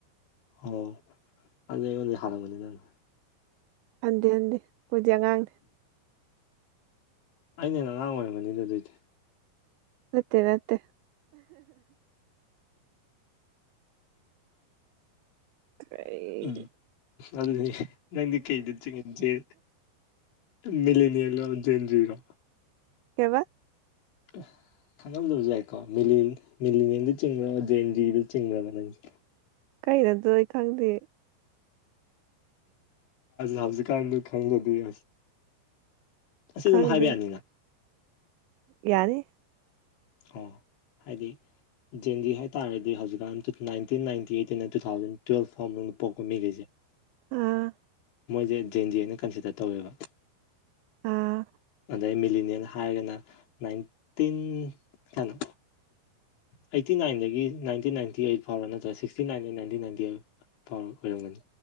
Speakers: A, on the left; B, on the right.
A: ꯑꯣ ꯑꯗꯨꯗꯤ ꯑꯩꯉꯣꯟꯗꯒꯤ ꯍꯥꯂꯝꯒꯅꯤ ꯅꯪꯅ
B: ꯍꯟꯗꯦ ꯍꯟꯗꯦ ꯈꯣꯏꯗꯤ ꯑꯉꯥꯡꯅꯦ
A: ꯑꯩꯅ ꯍꯦꯟꯅ ꯑꯉꯥꯡ ꯑꯣꯏꯔꯝꯒꯅꯤꯗ ꯑꯗꯣꯏꯗꯤ
B: ꯃꯠꯇꯦ ꯃꯠꯇꯦ ꯀꯩ
A: ꯎꯝ ꯑꯗꯨꯗꯤ ꯅꯪꯗꯤ ꯀꯩꯗ ꯆꯤꯡꯍꯟꯖꯤꯒꯦ ꯃꯤꯂꯦꯅꯤꯌꯦꯜ ꯂꯣ ꯖꯦꯟꯦ-ꯖ ꯔꯣ
B: ꯀꯩꯕ
A: ꯑꯣ ꯈꯪꯉꯝꯗꯕꯁꯨ ꯌꯥꯏꯀꯣ ꯃꯤꯂꯦ ꯃꯤꯂꯤꯅꯤꯌꯦꯜꯗ ꯆꯤꯡ꯭ꯕꯣ ꯖꯦꯟꯖꯤꯗꯥ ꯆꯤꯡꯈ꯭ꯕ ꯅꯪꯖꯦ
B: ꯀꯩꯅꯣ ꯑꯗꯣ ꯑꯩ ꯈꯪꯗꯦ
A: ꯍꯧꯖꯤꯀꯥꯟ ꯑꯗꯨ ꯈꯪꯗ꯭ꯔꯗꯤ ꯑꯁꯤ ꯑꯗꯨꯝ
B: ꯈꯪꯗꯦ
A: ꯍꯥꯏꯕ ꯌꯥꯅꯤꯅ
B: ꯌꯥꯅꯤ
A: ꯑꯣ ꯍꯥꯏꯗꯤ ꯖꯦꯟꯖꯤ ꯍꯥꯏꯇꯥꯔꯗꯤ ꯍꯧꯖꯤꯛꯀꯥꯟ ꯅꯥꯏꯟꯇꯤꯟ ꯅꯥꯏꯟꯇꯤꯗꯩꯅ ꯇꯨ ꯊꯥꯎꯖꯟ ꯇꯨꯌꯦꯜꯐ ꯐꯥꯎꯕ ꯃꯅꯨꯡꯗ ꯄꯣꯛꯄ ꯃꯤꯒꯩꯁꯦ
B: ꯑꯥ
A: ꯃꯣꯏꯖꯦ ꯖꯦꯟ ꯖꯤ ꯑꯅ ꯀꯟꯁꯤꯗꯔ ꯇꯧꯋꯦꯕ
B: ꯑꯥ
A: ꯑꯗꯩ ꯃꯤꯂꯤꯅꯤꯌꯦꯜ ꯍꯥꯏꯔꯒꯅ ꯅꯥꯏꯇꯤꯟ ꯀ꯭ꯌꯥꯅꯣ ꯑꯩꯇꯤ ꯅꯥꯏꯟꯗꯒꯤ ꯅꯥꯏꯟꯇꯤꯟ ꯅꯥꯏꯟꯇꯤ ꯑꯩꯠ ꯐꯥꯎꯔꯥ ꯅꯠꯇ꯭ꯔ ꯁꯤꯛꯇꯤ ꯅꯥꯏꯟꯗꯒꯤ ꯅꯥꯏꯟꯇꯤꯟ ꯅꯥꯏꯟꯇꯤ ꯑꯩꯠ ꯥꯑꯥꯎ ꯑꯣꯏꯔꯝꯒꯅꯤ